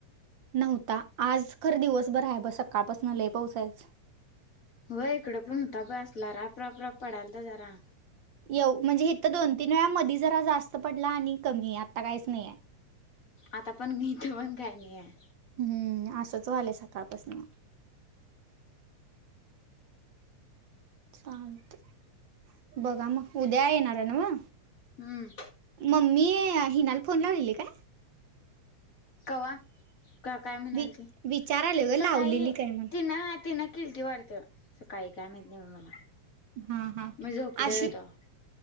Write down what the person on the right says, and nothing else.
नव्हता,, आज खरं दिवस बर आहे बग,, सकाळपासन लय पाऊस हाय आज.
येऊ, म्हणजे इथ जरा दोन तीन वेळा मधी जरा जास्त पडला, आणि कमी, आता काहीच नाही आहे.
हम्म,, असंच वालंय सकाळपासन चालतय,, बघा मग, उद्या येणार ना वा
मम्मी, हिनाला फोनला लावलेली काय
वि
विचाराले ग
लावलेली काय म्हण
हा हा
आशु